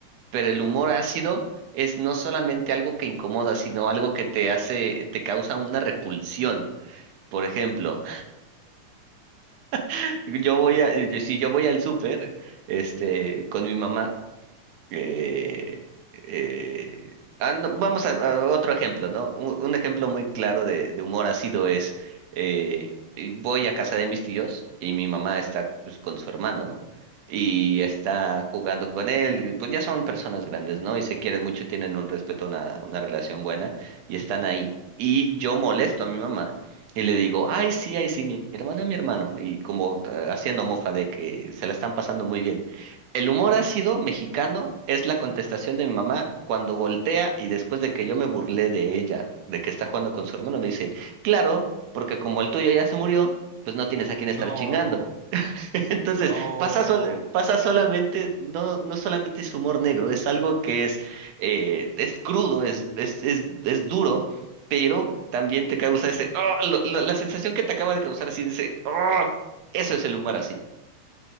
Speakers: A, on the right; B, on the right.
A: pero
B: Ajá.
A: el humor ácido es no solamente algo que incomoda, sino algo que te hace, te causa una repulsión. Por ejemplo, <laughs> yo voy
B: <laughs>
A: a, yo- si yo voy al súper, este, con mi mamá, eh, eh, ah, no, vamos a, a otro ejemplo, ¿no? Un, un ejemplo muy claro de, de humor ácido es, eh, y voy a casa de mis tíos y mi mamá está pues, con su hermano y está jugando con él, y, pues ya son personas grandes, ¿no? Y se quieren mucho, tienen un respeto, una, una relación buena y están ahí. Y yo molesto a mi mamá. Y le digo, ay, sí, ay, sí, mi hermana, mi hermano. Y como eh, haciendo mofa de que se la están pasando muy bien. El humor ácido mexicano es la contestación de mi mamá cuando voltea y después de que yo me burlé de ella, de que está jugando con su hermano, me dice, claro, porque como el tuyo ya se murió, pues no tienes a quién
B: No,
A: estar chingando. <laughs> Entonces,
B: no.
A: pasa, sol- pasa solamente, no, no solamente es humor negro, es algo que es, eh, es crudo, es, es, es, es duro, pero también te causa ese, "Ah", lo- lo- la sensación que te acaba de causar así de ese, "Ah", eso es el humor ácido.